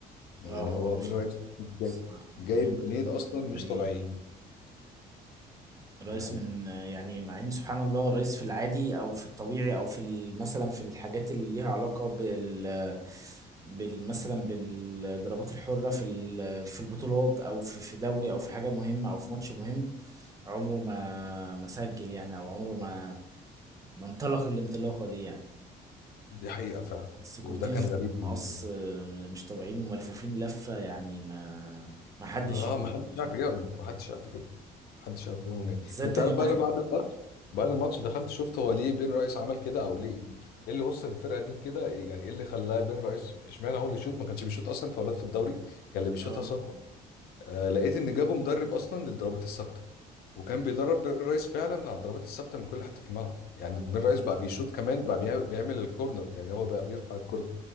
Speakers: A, on the left; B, on the right.
A: يعني
B: اه
A: هو
B: هو مش
A: بن رئيس
B: طبيعي
A: جاي-
B: الصراحة الجولين
A: جايب جونين
B: بتوع دول
A: اصلا
B: مش طبيعيين
A: مش طبيعيين
B: الرئيس
A: دي حقيقه
B: من يعني مع ان سبحان الله الرئيس في العادي او في الطبيعي او في ال- مثلا في الحاجات اللي ليها علاقه بال بال مثلا بالضربات الحره في ال- في البطولات او في في دوري او في حاجه مهمه او في ماتش مهم عمره ما ما سجل يعني او عمره ما ما انطلق الانطلاقه دي يعني
A: دي حقيقه فعلا
B: السكورتين
A: وده كان
B: في
A: غريب
B: المقص
A: بالنسبه لي
B: م- مش طبيعيين وملفوفين لفه يعني ما ما حدش
A: لا
B: يجيبهم
A: ما حدش عارف
B: يعني
A: يجيبهم ما حدش عارف يجيبهم ما حدش
B: بالذات
A: عارف يجيبهم منين
B: بالذات
A: انت
B: تاني
A: عارف
B: واحده
A: بقى انا بعد الماتش بعد الماتش دخلت شفت هو ليه بن رئيس عمل كده او ليه ايه اللي وصل الفرقه دي لكده يعني ايه اللي خلاه بن رئيس اشمعنى هو اللي يشوط ما كانش بيشوط اصلا فاولات في الدوري كان اللي بيشوطها
B: اه
A: ساكا آه، لقيت ان جابوا مدرب اصلا للضربات الثابته وكان بيدرب بين رايس فعلا على الضربات الثابته من كل حته في الملعب يعني بين رايس بقى بيشوط كمان بقى بيع- بيعمل الكورنر يعني هو بقى بيرفع الكورنر